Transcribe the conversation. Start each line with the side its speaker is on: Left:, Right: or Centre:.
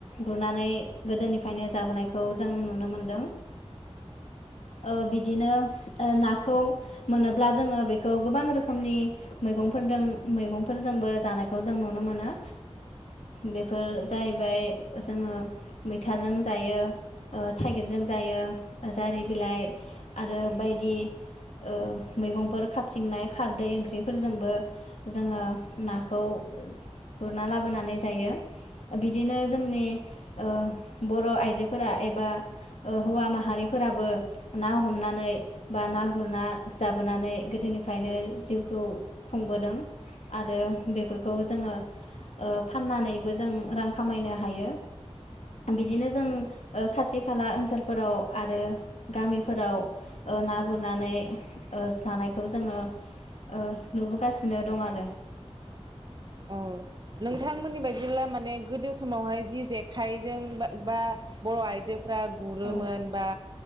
Left: गुरनानै गोदोनिफ्रायनो जाबोनायखौ जों नुनो मोनदों ओ बिदिनो ओ नाखौ मोनोब्ला जोङो बेखौ गोबां रोखोमनि मैगंफोरदों मैगंफोरजोंबो जानायखौ जों नुनो मोन ना बेफोर जाहैबाय जोङो मैथाजों जायो ओ थाइगिरजों जायो जारि बिलाइ आरो बायदि ओ मैगंफोर खाबथिंनाय खारदै ओंख्रिफोरजोंबो जोङो नाखौ गुरना लाबोनानै जायो बिदिनो जोंनि ओ बर आइजोफोरा एबा ओ हौवा माहारिफोराबो ना हमनानै बा ना गुरना जाबोनानै गोदोनिफ्रायनो जिउखौ खुंबोदों आरो बेफोरखौ जोङो ओ फाननानैबो जों रां खामायनो हायो बिदिनो जों ओ खाथि खाला ओनसोलफोराव आरो ओ गामिफोराव ओ ना गुरनानै ओ जानायखौ जोङो ओ नुबोगासिनो दं आरो
Right: औ नोंथांमोननि बायदिब्ला माने गोदो समावहाय जि जेक आखाइजों बा बर आइजो फ्रा गुरोमोन
Left: औ
Right: बा